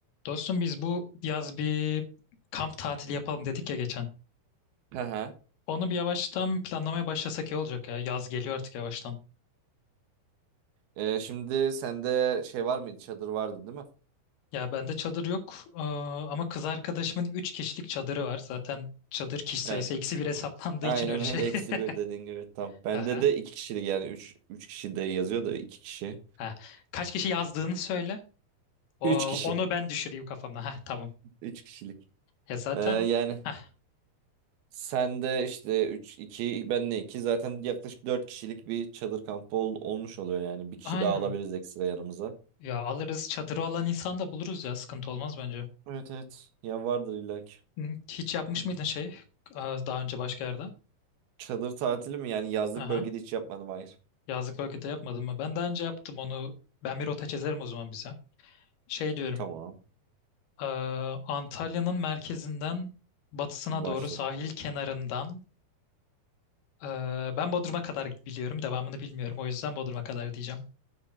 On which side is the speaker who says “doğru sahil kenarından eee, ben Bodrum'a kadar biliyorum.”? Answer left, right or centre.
Left